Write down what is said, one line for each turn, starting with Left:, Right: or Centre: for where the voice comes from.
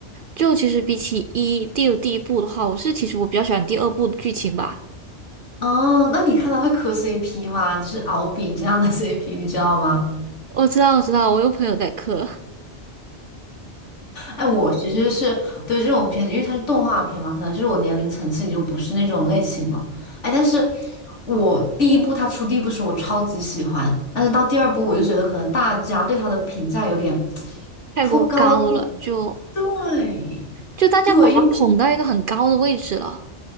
Right: 就其实比起一第有第一部的话，我是其实我比较喜欢第二部的剧情吧。
Left: 哦，那你看他会磕 CP 吗？就是敖丙这样的 <laughs> CP，你知道吗？
Right: 我知道，我知道，我有朋友在磕，
Left: 哎，我其实是对这种片子，因为它是动画片嘛，可能就是我年龄层次已经不是那种类型了。哎，但是我第一部它出第一部时候我超级喜欢，但是到第二部我就觉得可能大家对它的评价有点 <tsk>
Right: 太过高了，
Left: 颇高。
Right: 就
Left: 对
Right: 就大家把它捧到一个很高的位置了，
Left: 对，因为。